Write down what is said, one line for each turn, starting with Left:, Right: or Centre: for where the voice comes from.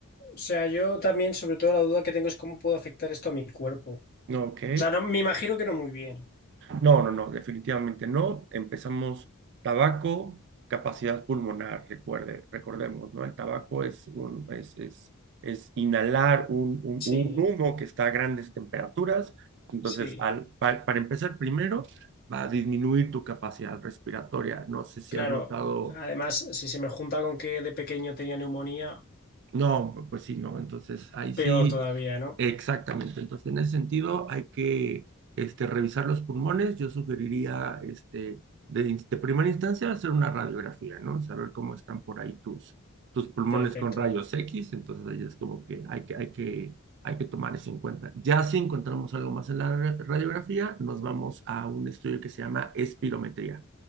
Left: O sea, yo también, sobre todo, la duda que tengo es cómo puedo afectar esto a mi cuerpo.
Right: Ok.
Left: O sea, no, me imagino que no muy bien.
Right: No, no, no, definitivamente no. Empezamos tabaco, capacidad pulmonar, recuerde, recordemos, ¿no? El tabaco es un, es, es, es inhalar un, un,
Left: Sí,
Right: un humo que está a grandes temperaturas. Entonces,
Left: Sí,
Right: al, pa- para, empezar primero, va a disminuir tu capacidad respiratoria. No sé si
Left: claro.
Right: has notado
Left: Además, si se me junta con que de pequeño tenía neumonía,
Right: No, pues sí, no. Entonces, ahí sí,
Left: peor todavía, ¿no?
Right: exactamente. Entonces, en ese sentido, hay que este, revisar los pulmones. Yo sugeriría, este, de, in- de primera instancia, hacer una radiografía, ¿no? Saber cómo están por ahí tus, tus pulmones
Left: Perfecto,
Right: con rayos X. Entonces, ahí es como que hay que, hay que, hay que tomar eso en cuenta. Ya si encontramos algo más en la ra- radiografía, nos vamos a un estudio que se llama espirometría,